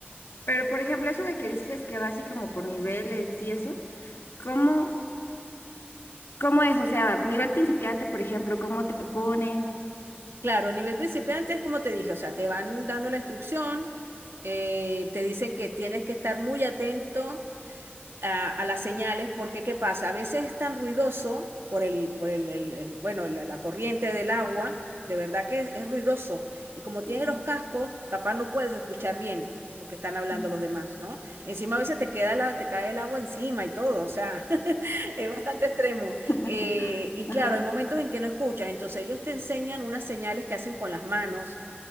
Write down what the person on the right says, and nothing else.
Claro, a nivel principiante es como te dije, o sea, te van dando la instrucción, eh, te dicen que tienes que estar muy atento a, a las señales, porque ¿qué pasa? A veces es tan ruidoso por el, por el, el- el- bueno, la, la corriente del agua, de verdad que es, es ruidoso. Y como tienes
los cascos, capaz no puedes escuchar bien lo que están hablando
los demás, ¿no? Encima a veces te queda la, te cae el agua encima y todo, o sea, <laughs> es bastante extremo.
Eh, y
claro, hay momentos en que no escuchas, entonces ellos te enseñan unas señales que hacen con las manos